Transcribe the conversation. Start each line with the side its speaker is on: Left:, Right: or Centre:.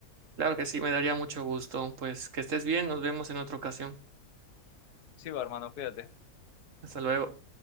Right: Claro que sí, me daría mucho gusto. Pues que estés bien, nos vemos en otra ocasión.
Left: Sí, va, hermano, cuídate.
Right: Hasta luego.